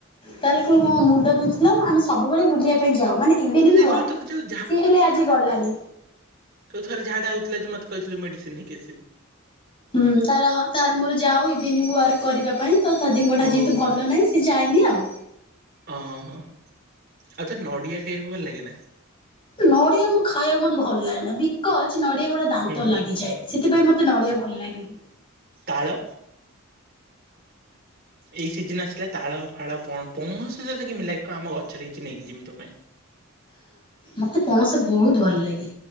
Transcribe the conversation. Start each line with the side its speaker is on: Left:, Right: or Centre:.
Left: ତାରକୁ ମୁଣ୍ଡ ବିନ୍ଧୁ ଥିଲା ଆମେ ସବୁବେଳେ ବୁଲିବା ପାଇଁ ଯାଉ ମାନେ ଇଭିନିଂ
Right: ଓ ସେ
Left: ୱାର୍କ
Right: ଯୋଉ ତ ଯୋଉ
Left: ସିଏ ହେଲେ ଆଜି ଗଲାନି।
Right: ତୁ ଥରେ ଝାଡ଼ା ହଉଥିଲା ଯେ ମତେ କହିଥିଲୁ ମେଡିସିନ ନେଇକି ଆସିବୁ।
Left: ହୁଁ ତାର ତାର ମୋର ଯାଉ ଇଭିନିଂ ୱାର୍କ କରିବା ପାଇଁ ତ ତା ଦେହଟା
Right: ଓହୋ
Left: ଯେହେତୁ ଭଲ ନାହିଁ ସେ ଯାଇନି ଆଉ।
Right: ଓ ହ ଆଉ ତ ନଡିଆ ଖାଇକୁ ଭଲ ଲାଗେ ନା?
Left: ନଡ଼ିଆ ମୁଁ ଖାଇବାକୁ ମତେ ଭଲ ଲାଗେ ନା ବିକଜ ନଡ଼ିଆ ଗୁଡ଼ା ଦାନ୍ତ
Right: ହୁଁ
Left: ରେ ଲାଗିଯାଏ। ସେଥିପାଇଁ ମତେ ନଡ଼ିଆ ଭଲ ଲାଗେନି।
Right: ତାଳ। ଏଇ ସିଜିନ ଆସିଲା ତାଳ ଫାଳ ପଣ ପୌଣଶ ଯତ କେମିତି ଲାଗିବ ଆମ ଗଛରେ କିଛି ନେଇକିଜିମି ତୋ ପାଇଁ।
Left: ମୋତେ ପଣସ ବହୁତ ଭଲ ଲାଗେ